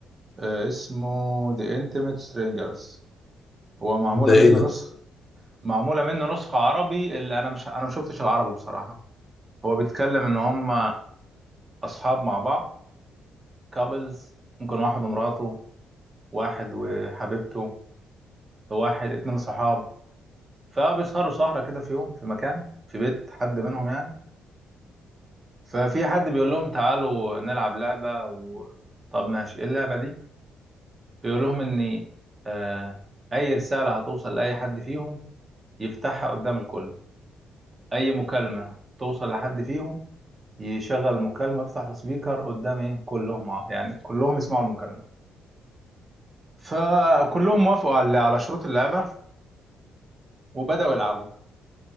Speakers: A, on the right; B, on the left.
A: آه، اسمه The Intimate Strangers هو معمولة
B: ده إيه
A: منه
B: ده؟
A: نسخة معمولة منه نسخة عربي اللي انا مش انا ما شفتش العربي بصراحة هو بيتكلم ان هم اصحاب مع بعض كابلز ممكن واحد ومراته واحد وحبيبته واحد اتنين صحاب فبيسهروا سهرة كده في يوم في مكان في بيت حد منهم يعني ففي حد بيقول لهم تعالوا نلعب لعبة و... طب ماشي ايه اللعبة دي بيقول لهم ان آه اي رسالة هتوصل لأي حد فيهم يفتحها قدام الكل اي مكالمة توصل لحد فيهم يشغل المكالمة يفتح السبيكر قدام ايه كلهم ع- يعني كلهم يسمعوا المكالمة فكلهم وافقوا على على شروط اللعبة وبدأوا يلعبوا